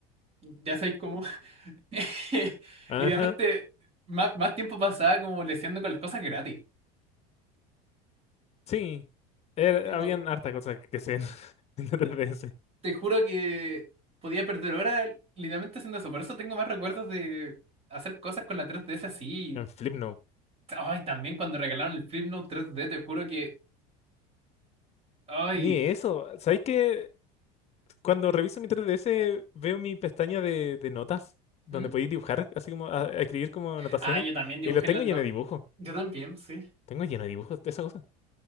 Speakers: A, on the right; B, on the left.
A: ya sabéis cómo. <laughs>
B: Ajá,
A: Literalmente, más, más tiempo pasaba como leseando con las cosas gratis.
B: sí. Era-
A: Tipo,
B: habían harta cosas que se ven <laughs> en la 3DS.
A: te juro que podía perder horas literalmente haciendo eso. Por eso tengo más recuerdos de hacer cosas con la 3DS así.
B: En Flipnote.
A: Ay, también cuando regalaron el Flipnote tres d te juro que. Ay.
B: Ni eso. ¿Sabéis que cuando reviso mi 3DS veo mi pestaña de, de notas donde
A: ¿Mm?
B: podéis dibujar, así como a- a escribir como anotaciones?
A: Ah, yo también dibujé
B: Y los
A: en
B: tengo
A: la no.
B: lleno de dibujos.
A: Yo también, sí.
B: Tengo lleno de dibujos de esa cosa.